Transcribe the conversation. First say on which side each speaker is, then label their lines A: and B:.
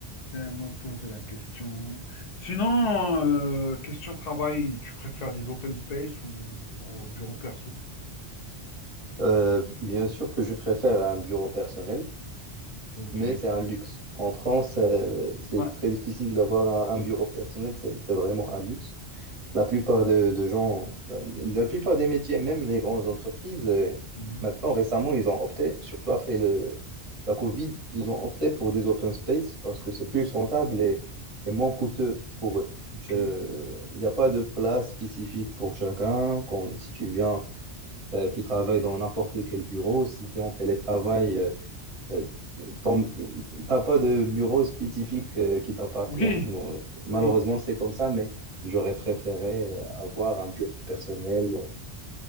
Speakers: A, on the left; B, on the right.
A: c'est à moi de poser la question. Sinon, euh, question travail, tu préfères des open space ou au bureau perso?
B: Euh, bien sûr que je préfère un bureau personnel,
A: Ok.
B: mais c'est un luxe. En France, euh, c'est
A: Ouais.
B: très difficile d'avoir un, un bureau personnel, c'est c'est vraiment un luxe. La plupart de, de gens, la, la plupart des métiers, même les grandes entreprises, euh,
A: Mhm.
B: maintenant, récemment, ils ont opté, surtout après le, la Covid, ils ont opté pour des open space parce que c'est plus rentable et, et moins coûteux pour eux.
A: Ok.
B: Je- Il n'y a pas de place spécifique pour chacun. Quand, si tu viens, euh, tu travailles dans n'importe quel bureau. Si tu es en télétravail, euh, euh, ton- T'as pas de bureau spécifique euh, qui t'appartient.
A: Oui,
B: Bon, euh, malheureusement,
A: oui.
B: c'est comme ça, mais j'aurais préféré euh, avoir un bureau personnel